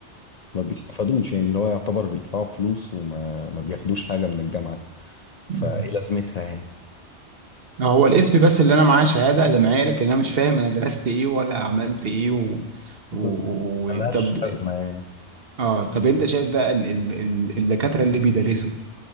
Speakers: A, on the left; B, on the right.
A: ما بيستفادوش يعني اللي هو يعتبر بيدفعوا فلوس وما ما بياخدوش حاجة من الجامعة فايه
B: مم.
A: لازمتها يعني
B: آه، هو الاسم بس اللي انا معاه شهاده جامعيه لكن انا مش فاهم انا درست ايه ولا عملت ايه و... و...
A: بالظبط. ملهاش
B: و... طب
A: لازمة يعني
B: اه طب انت شايف بقى ال- ال- ال- الدكاتره اللي بيدرسوا